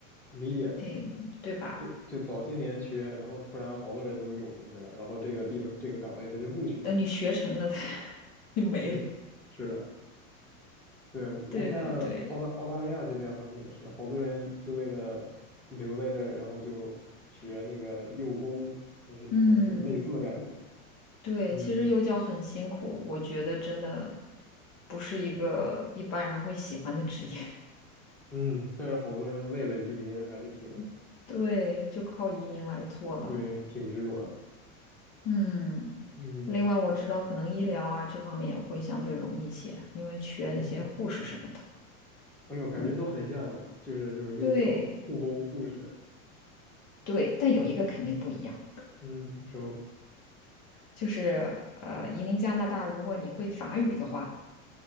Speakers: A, in the centre; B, on the left (about 45°).
A: 理解了，
B: 哎，对吧？
A: 就就早些年缺，然后突然好多人都涌过去了，然后这个地方这个岗位他就不缺了，
B: 等你学成了，<laughs> 就没了。
A: 是是的，对，我看澳大澳大利亚这边好像也是，
B: 对对对，
A: 好多人就为了留在这儿，然后就学那个幼工还是什么，
B: 嗯，
A: 就类似的感觉。
B: 对，
A: 嗯
B: 其实幼教很辛苦，我觉得真的不是一个一般人会喜欢的职业。
A: 嗯，但是好多人为了移民还是挺，
B: <laughs> 对，就靠移民来做了。
A: 对，挺执着的。
B: 嗯，
A: 嗯，
B: 另外我知道可能医疗啊这方面也会相对容易些，因为缺那些护士什么的。
A: 哦，哎呦，感觉都很像啊，
B: 嗯，
A: 就是这种幼教、
B: 对
A: 护工、护士，
B: 对，但有一个肯定不一样，
A: 嗯，什么
B: 就是呃，移民加拿大，如果你会法语的话，